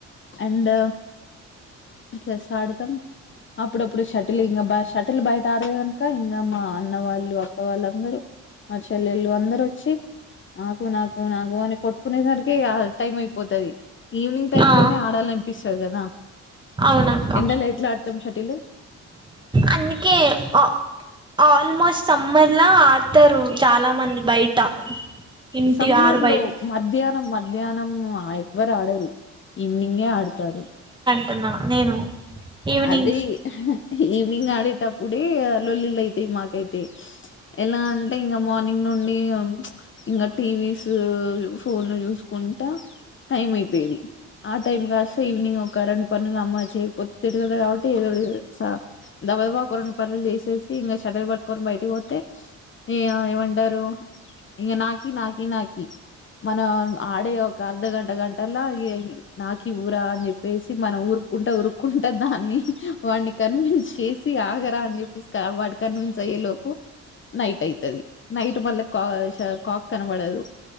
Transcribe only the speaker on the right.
ఆ
అవునక్క
అందుకే ఆ ఆల్మోస్ట్ సమ్మర్లా ఆడతరు చాలా మంది బయట. ఇంటి
ఆరు బయట
అంటున్న నేను ఈవినింగ్